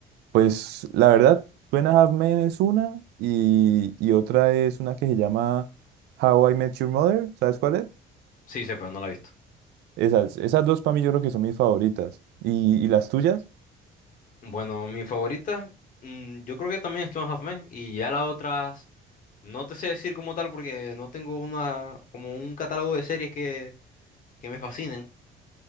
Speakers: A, on the right; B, on the left.
A: Pues la verdad, Two and a Half Men es una y, y otra es una que se llama How I Met Your Mother, ¿sabes cuál es?
B: Sí, sí, pero no la he visto.
A: Esas, esas dos para mí yo creo que son mis favoritas. ¿Y, y las tuyas?
B: Bueno, mi favorita, mm, yo creo que también es Two and a Half Men, y ya las otras, no te sé decir como tal porque no tengo una, como un catálogo de series que, que me fascinen,